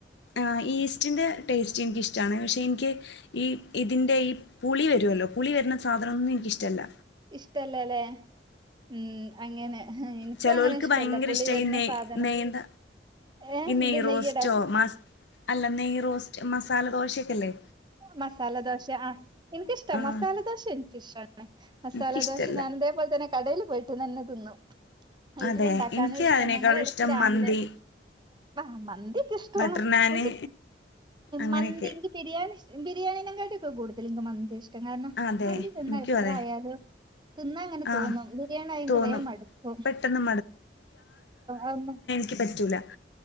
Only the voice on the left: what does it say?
ആഹ് ഈസ്റ്റിന്റെ ടേസ്റ്റ് എനിക്കിഷ്ടാണ് പക്ഷെ എനിക്ക് ഈ ഇതിന്റെ ഈ പുളി വരുല്ലോ പുളി വരുന്ന സാധനൊന്നും എനിക്കിഷ്ടല്ല
ചെലോൽക്ക്
ഭയങ്കര
ഇഷ്ട
ഈ നെയ്
നെയ്യ്ന്ത
ഈ നെയ്
റോസ്റ്റോ
മസ് അല്ല നെയ്യ് റോസ്റ്റ് മസാല ദോശക്കെല്ലേ
ആഹ്
എനിക്കിഷ്ടല്ല
അതെ എനിക്ക്
അതിനേക്കാളും
ഇഷ്ടം
മന്തി
ബട്ടർ നാന്
അങ്ങനെയൊക്കെ
അതെ
എനിക്കും
അതെ
ആഹ്
തോന്നും
പെട്ടെന്ന്
ക്ക് പറ്റൂല